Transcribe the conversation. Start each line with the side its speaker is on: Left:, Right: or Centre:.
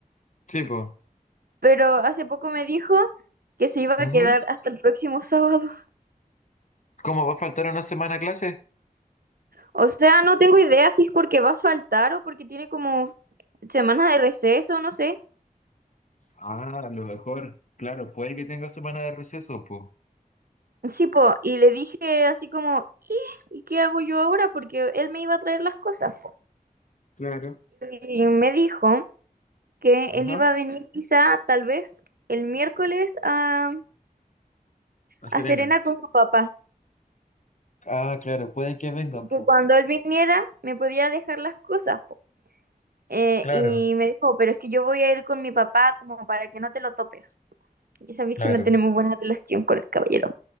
Left: Sí, pues...
Right: pero hace poco me dijo que se iba
Left: ujú.
Right: a quedar hasta el próximo sábado.
Left: ¿Cómo va a faltar una semana a clase?
Right: O sea, no tengo idea si es porque va a faltar o porque tiene como semana de receso, no sé.
Left: Ah, a lo mejor. Claro, puede que tenga semana de receso, pues.
Right: Sí, po, y le dije así como, ¿y, ¿y qué hago yo ahora? Porque él me iba a traer las cosas. po.
Left: Claro.
Right: Y me dijo que
Left: Ajá,
Right: él iba a venir quizá tal vez el miércoles a,
Left: a Serena.
Right: a Serena con su papá
Left: Ah, claro, puede que venga,
Right: y que
Left: pues.
Right: cuando él viniera me podía dejar las cosas. po. Eh,
Left: Claro,
Right: y me dijo, pero es que yo voy a ir con mi papá como para que no te lo topes. Ya sabéis
Left: claro.
Right: que no tenemos buena relación con el caballero.